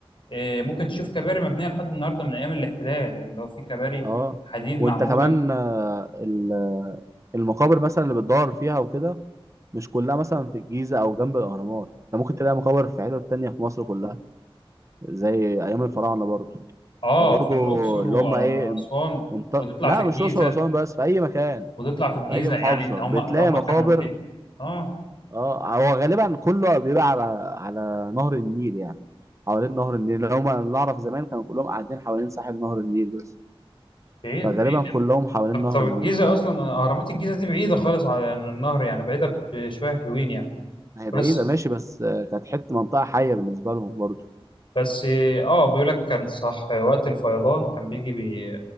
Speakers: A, on the left; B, on the right.
A: آه، ممكن تشوف كباري مبنية لحد النهاردة من أيام الاحتلال يعني لو في كباري
B: اه
A: حديد
B: وانت
A: معمولة
B: كمان آه، ال- المقابر مثلا اللي بتدور فيها وكده مش كلها مثلا في الجيزة او جنب الاهرامات انت ممكن تلاقي مقابر في حتت تانية في مصر كلها زي ايام الفراعنة برضو
A: اه
B: فبرضو
A: في الاقصر
B: اللي
A: واسوان
B: هم ايه ان... انت...
A: وتطلع
B: لا
A: في الجيزه
B: مش الاقصر واسوان بس في اي مكان
A: وتطلع في الجيزه
B: في اي محافظة
A: يعني ده هم
B: بتلاقي
A: ده هم
B: مقابر
A: كانوا واخدين اه
B: اه هو غالبا كله بيبقى على على نهر النيل يعني حوالين نهر النيل هما اللي اعرف زمان كانوا كلهم قاعدين حوالين ساحل نهر النيل بس
A: بعيد
B: فغالبا
A: بعيد
B: كلهم حوالين
A: طب
B: نهر
A: طب
B: النيل
A: الجيزه اصلا اهرامات الجيزه دي بعيده خالص على يعني النهر يعني بعيده بشويه حلوين يعني
B: هي
A: بس
B: بعيدة ماشي بس آه، كانت حتة منطقة حية بالنسبة لهم برضو
A: بس اه بيقول لك كان صح وقت الفيضان كان بيجي بي